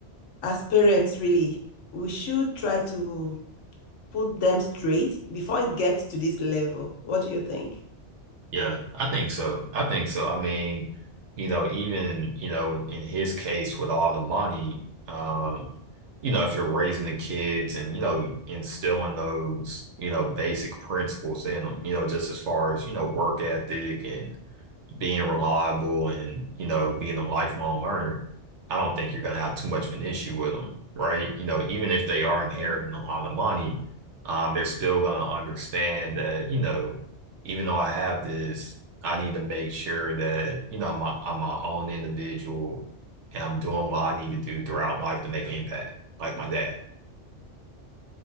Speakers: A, on the left (about 85°); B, on the right (about 75°).
A: as parents, really, we should try to put them straight before it gets to this level. What do you think?
B: Yeah, I think so. I think so. I mean, you know, even, you know, in, in his case with all the money, um, you know, if you're raising the kids and, you know, instilling those, you know, basic principles in them, you know, just as far as, you know, work ethic and, being reliable and, you know, being a lifelong learner, I don't think you're going to have too much of an issue with them, right? You know, even if they are
A: Mhm.
B: inheriting a lot of money, um, they're still going to understand that, you know, even though I have this, I need to make sure that, you know, I'm my, I'm my own individual and I'm doing what I need to do throughout life to make an impact, like my dad.